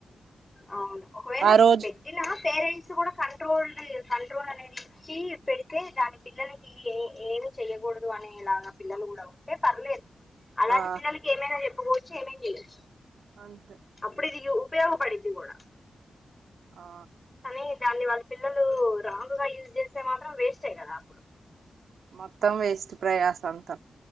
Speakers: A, on the left; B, on the right.
A: అవును ఒకవేళ
B: ఆ రోజు
A: పెట్టినా పేరెంట్స్ కూడా కంట్రోల్డ్ కంట్రోల్ అనేది ఇచ్చి పెడితే దాని పిల్లలకి ఏ ఏమ్ చెయ్యకూడదు అనేలాగా పిల్లలు కూడా ఉంటే పర్లేదు అలాంటి
B: ఆ
A: పిల్లలకి ఏమైనా చెప్పుకోవచ్చు ఏమైనా చేయవచ్చు
B: అంతే
A: ఇప్పుడు ఇది ఉపయోగపడ్డిది కూడా
B: ఆ
A: సనే దాన్ని వాళ్ పిల్లలు రాంగ్ గా యూజ్ చేస్తే మాత్రం వేస్టే కదా అప్పుడు
B: మొత్తం వేస్ట్ ప్రయాస్ అంత